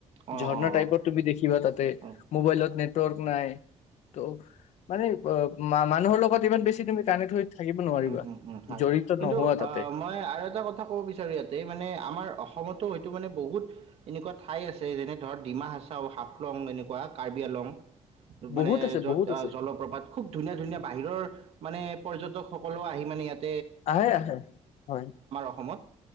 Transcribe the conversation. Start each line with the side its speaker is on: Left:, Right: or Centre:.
Right: অ',
Left: ঝৰ্ণা
Right: অ'।
Left: টাইপৰ তুমি দেখিবা তাতে,
Right: অ', উম,
Left: মোবাইলত নেট নেটৱৰ্ক নাই ত মানে অ উম মানুহৰ লগত ইমান বেছি তুমি কানেক্ট হৈ থাকিব নোৱাৰিবা
Right: উম উম উম হয়,
Left: জড়িত
Right: কিন্তু
Left: নোহোৱা তাতে
Right: আহ মই আৰু এটা কথা ক'ব বিচাৰো ইয়াতে মানে আমাৰ অসমতো টো মানে বহুত এনেকুৱা ঠাই আছে যেনে ধৰক ডিমা হাচাও, হাফলং এনেকুৱা, কাৰ্বি আংলং মানে
Left: বহুত আছে
Right: য'ত
Left: বহুত
Right: আহ
Left: আছে
Right: জলপ্ৰপাত খুব ধুনীয়া ধুনীয়া বাহিৰৰ মানে পৰ্যটকসকলো আহি মানে ইয়াত
Left: আহে আহে হয়
Right: অসমত